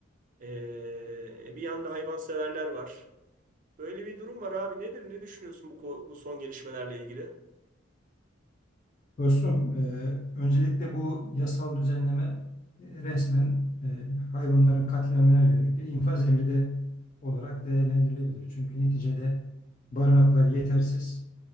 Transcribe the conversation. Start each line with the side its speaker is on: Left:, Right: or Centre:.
Right: E, e, bir yanda hayvanseverler var. Böyle bir durum var abi nedir ne düşünüyorsun bu, ko- bu son gelişmelerle ilgili?
Left: Dostum, e, öncelikle bu yasal düzenleme e, resmen e, hayvanların katliamına yönelik bir infaz emri de olarak değerlendirilebilir. Çünkü neticede barınaklar yetersiz,